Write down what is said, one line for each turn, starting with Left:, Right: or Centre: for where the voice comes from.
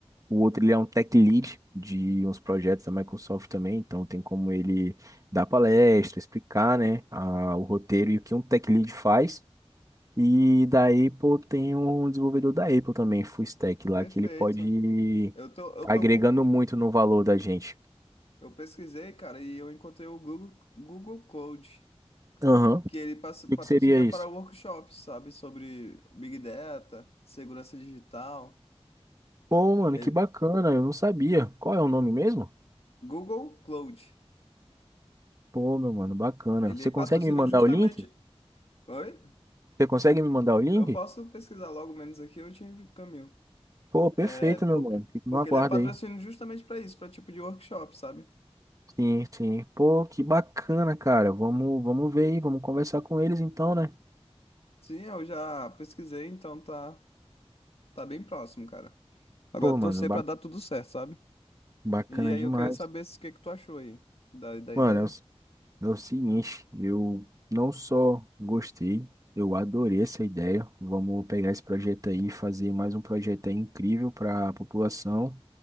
Right: O outro, ele é um tech lead de uns projetos da Microsoft também. Então, tem como ele dar palestra, explicar, né, a- o roteiro e o que um tech lead faz. E da Apple tem um desenvolvedor da Apple também, full stack lá,
Left: perfeito.
Right: que ele pode ir
Left: Eu tô, eu
Right: agregando
Left: tô com,
Right: muito no valor da gente.
Left: eu pesquisei, cara, e eu encontrei o Google, Google Code,
Right: Aham.
Left: que ele passa- patrocina
Right: E O que seria isso?
Left: para workshops, sabe, sobre Big Data, segurança digital.
Right: Pô, mano,
Left: Ele-
Right: que bacana, eu não sabia. Qual é o nome mesmo?
Left: Google Cloud.
Right: Pô, meu mano, bacana.
Left: Ele
Right: Você
Left: patrocina
Right: consegue me mandar
Left: justamente.
Right: o link?
Left: Oi?
Right: Você consegue me mandar o link?
Left: Eu posso pesquisar logo menos aqui, eu te encaminho.
Right: Pô, perfeito,
Left: É, porque,
Right: meu mano. Fico
Left: porque
Right: no aguardo
Left: ele é patrocínio
Right: aí.
Left: justamente para isso, para tipo de workshop, sabe?
Right: Sim, sim. Pô, que bacana, cara. Vamos, vamos ver aí, vamos conversar com eles então, né?
Left: Sim, eu já pesquisei, então tá, tá bem próximo, cara. Agora
Right: Pô,
Left: torcer
Right: mano, ba-
Left: para dar tudo certo, sabe?
Right: bacana
Left: E aí
Right: demais.
Left: eu queria saber se o que que tu achou aí da, da
Right: Mano,
Left: ideia.
Right: eu É o seguinte, eu não só gostei, eu adorei essa ideia. Vamos pegar esse projeto aí e fazer mais um projeto aí incrível para a população.